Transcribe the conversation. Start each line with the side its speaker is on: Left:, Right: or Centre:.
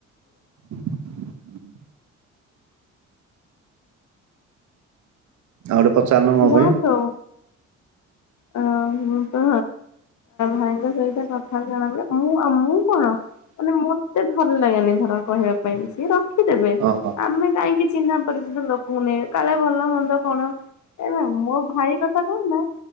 Right: <inaudible> ଆଉଡେ ପଚାରନୁ ମୋ
Left: ଯାହା
Right: ପାଇଁ।
Left: ତ ଅ ମୁଁ ତ ଭାଇଙ୍କ ସହିତ କଥା ଜଣି ମୁଁ ଆ ମୁଁ କଣ? ମାନେ ମତେ ଭଲ ଲାଗାନି ଧର କହିବା ପାଇଁ। ସିଏ ରଖିଦେବେ
Right: ଓହୋ
Left: ଆମେ କାହିଁକି ଚିହ୍ନା କରିଚ ଲୋକଙ୍କୁ ନେଇ କାଳେ ଭଲ ମନ୍ଦ କଣ ଏବେ <inaudible> ମୋ ଭାଇ କଥା କୁହନ୍ତି ନା।